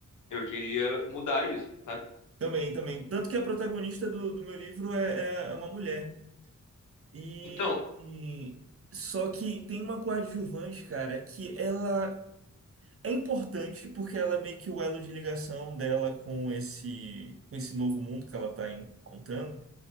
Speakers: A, on the left; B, on the right.
A: Eu queria mudar isso, sabe?
B: Também, também. Tanto que a protagonista do, do meu livro é, é uma mulher. E,
A: Então,
B: e- só que tem uma coadjuvante, cara, que ela é importante porque ela é meio que o elo de ligação dela com esse, com esse novo mundo que ela tá encontrando.